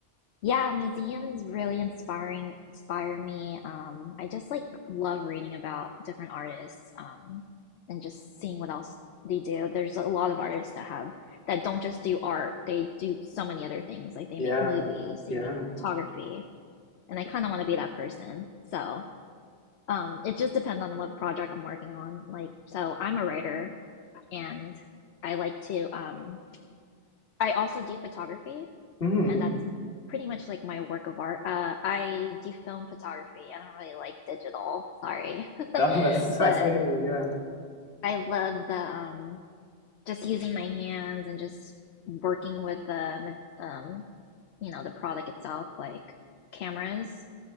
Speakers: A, on the left; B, on the left.
A: yeah, museums really inspiring inspire me. Um, I just like love reading about different artists um, and just seeing what else they do. There's a lot of artists that have that don't just do art. They do so many other things. Like they
B: Yeah.
A: make movies, they
B: Yeah.
A: make photography, and I kind of want to be that person. So. Um, it just depends on what project I'm working on. Like, so I'm a writer and I like to, um, I also do photography
B: Mhm.
A: and that's pretty much like my work of art. Uh, I do film photography. I don't really like digital, sorry,
B: Oh, that's
A: <laughs> but
B: I feel you. Yeah.
A: I love the, um, just using my hands and just working with the, um, you know, the product itself. Like cameras